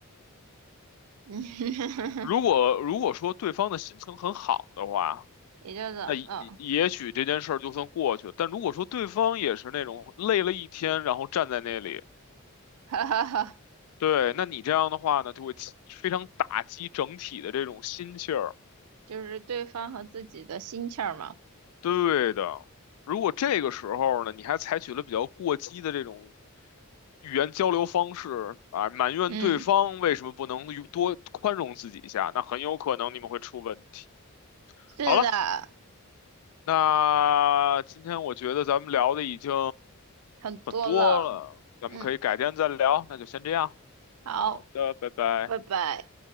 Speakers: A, on the right; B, on the left.
A: 嗯，
B: 如果如果说对方的心情很好的话，
A: <laughs> 也就怎了，
B: 那也也许这件事儿就算过去了。但如果说对方也是那种累了一天，然后站在那里，
A: <laughs> 哈哈哈，
B: 对，那你这样的话呢，就会起非常打击整体的这种心气儿。
A: <laughs> 就是对方和自己的心气儿嘛。
B: 对的，如果这个时候呢，你还采取了比较过激的这种语言交流方式啊，埋怨对方为什么不能与多宽容自己一下，
A: 嗯，
B: 那很有可能你们会出问题。
A: 是的，
B: 好了。那今天我觉得咱们聊的已经
A: 很多了。
B: 很多了，咱们可以改天再聊，
A: 嗯，
B: 那就先这样。
A: 好。
B: 好的，拜拜。
A: 拜拜。